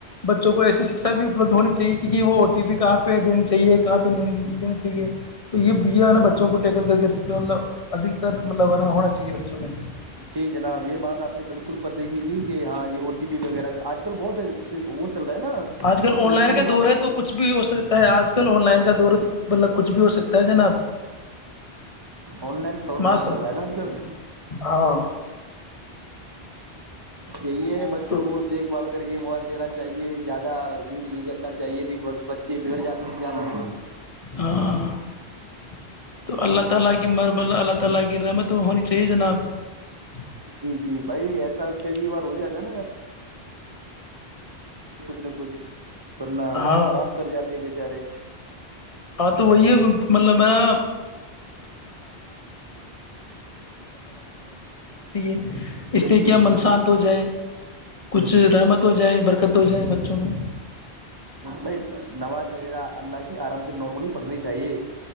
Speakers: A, on the left (about 35°); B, on the right (about 25°).
A: بچوں کو ایسی شکشا بھی اپلبدھ ہونی چاہیے کیکہ وہ او ٹی پی کہاں پہ دیی چاہیے کہاں پہ نہیں دیین چاہے تو یہ یہ ہے
B: بھائی
A: نا بچوں کو ٹیکل کر کے مطلب ادکتر مطلب ہے نا ہونا چاہیے بچوں میں
B: جی جناب یہ بات آپ نے بالکل پت کی کی کہ ہاں یہ او ٹی پی وغیرہ آج کل بہت ہے چل رہا ہے نا
A: آج کل آن
B: او
A: لائن
B: ٹی پی
A: کا
B: مانگ
A: دور ہے تو کچھ بھی ہو سکتا ہے آج آج کل آن لائن کا دورت مطلب کچھ بھی ہو سکتا ہے جناب
B: آن لائن فراڈ بہت
A: ماسٹر
B: چل رہا ہے نا آج کل
A: ہاں
B: یہی ہے بچوں
A: تو
B: کو دیکھ بھ کر کے موبائل دینا چاہیے زیادہ یوز نہیں کرنا چاہیے بچے بیگھ جاتے ہیں زدہ سے
A: <inaudible>
B: جی جی بھائی ایسا لتا ہے کہ بار ہو جاتا ہے نا <inaudible> پرن
A: ہاں
B: صاف کر جاتے ب <unintelligible> جارے <unintelligible>
A: ہاں تو وہی ہے مطلب ہے <unintelligible> <unintelligible> اس
B: بالکل
A: سے کیا من
B: بالکل
A: شانت ہو جائے کچھ
B: ہوں
A: رحمت ہو جائے برک کت ہو جائیں بچوں میں
B: بائی نواز وغیرہ اللہ کی آرام سے نارملی پڑھنی چاہیے